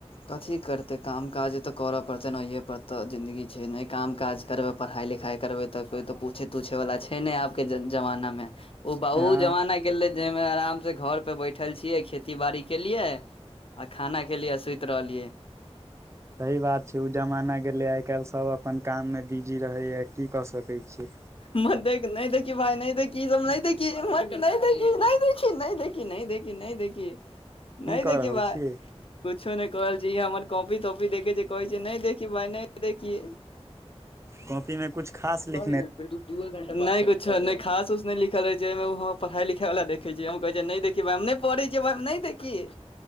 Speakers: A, on the left; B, on the right.
A: कथी करतै, काम काज तऽ करऽ पड़तै ने, ओए पड़ तऽ जिन्दगी छै, नहि काम काज करबऽ पढ़ाइ लिखाइ करबै तऽ, कोइ तऽ पूछे तूछे वला छै ने, आबके जमानामे। ओ बउ
B: हँ
A: जमा गे जाहिमे आराम से घर पे बैठल छीयै, खेती बाड़ी के लिए, आ खाना के लिए सु त्र रहल लियए।
B: सही बात छै, ओ जमाना गेलै, आइ -काल्हि सभ अपन काममे बिजी रहैए, की कऽ सकै छियै?
A: मत देख, नहि देखी भाइ, नहि देखी सब, नहि म नहि- नहि देख, नहि देखी। नई देखी, नहि देखी, नहि देखि।
B: की
A: नहि देखी
B: कऽ रहल
A: भााय,
B: छियै
A: कुछो नहि कर रहल छी, हमर कॉपी- तॉपी देखे छै। कहै छै, नहि देखी भाय, नहि देखी।
B: कॉपी में कछ खास लिख
A: देख दे न दूए नहि कुछो, खास उस ने लिखल रह छै, ओइमे पढ़ाई- लिखाई वला देखे छी, हम कहे हम नहि पढ़ै छियै, हम नहि देखिय,